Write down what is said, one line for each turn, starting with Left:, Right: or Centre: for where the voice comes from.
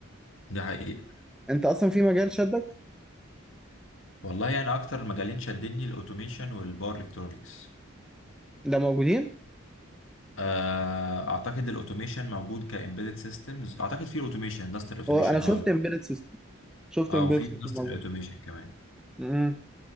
Left: ده حقيقي
Centre: انت اصلا في مجال شدك
Left: والله انا يعني اكتر مجالين شدني الاوتوميشن والباور الكترونكس
Centre: ده موجودين
Left: آه، اعتقد الاوتوميشن موجود كامبيدد سيستمز اعتقد في الاوتوميشن اندستريال اوتوميشن
Centre: هو انا شفت
Left: اه
Centre: امبيدد سيستم شفت
Left: اه
Centre: امبيدد
Left: وفي
Centre: سيستم
Left: اندستريال
Centre: موجود
Left: اوتوميشن كمان
Centre: امم